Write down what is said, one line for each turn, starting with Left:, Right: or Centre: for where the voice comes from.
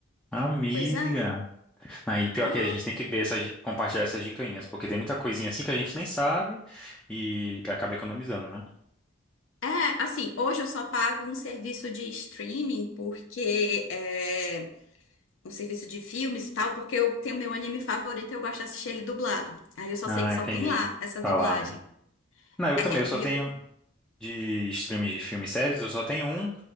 Centre: Amiga.
Left: Pois é.
Centre: Aí, pior
Left: É,
Centre: que a gente tem que ver essas, di- compartilhar essas dicainhas, porque tem muita coisinha assim que a gente nem sabe e acaba economizando, né?
Left: é, assim, hoje eu só pago um serviço de streaming, porque é um serviço de filmes e tal, porque eu tenho meu anime favorito e eu gosto de assistir ele dublado. Aí eu só
Centre: Ah,
Left: sei que só
Centre: entendi.
Left: tem lá essa
Centre: Tá
Left: dublagem.
Centre: lá, né? Não, eu
Left: É,
Centre: também, eu só
Left: e
Centre: tenho
Left: eu,
Centre: de streams de filme e séries, eu só tenho um,